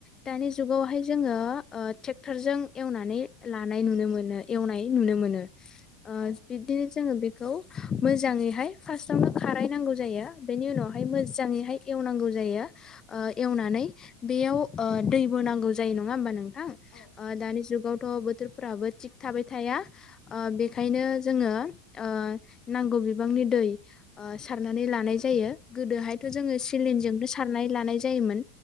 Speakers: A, on the left; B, on the left.
A: दानि जुगावहाय जोङो ट्रेक्टरजों एवनानै लानाय नुनो मोनो। एवनाय नुनो मोनो ओ
B: औ नोंथां
A: बिब्दिनो जोङो बेखौ मोजाङैहाय फार्स्टावनो खाराय नांगौ जायो बेनि उनावहाय मोजाङैहाय
B: औ
A: एवनांगौ जायो। एवनानै
B: औ
A: बेयाव दैबो नांगौ जायो नङा होमबा नोंथां। ओ
B: औ
A: दानि जुगावथ' बोथ थोरफोराबो थिग थाबाय थाया ओ बेखायनो जोङो ओ नांगौ बिबांनि दै ओ सारनानै लानाय जायो गोदोहायथ' जोङो सिलिनजोंनो सारनानै लानाय जायोमोन।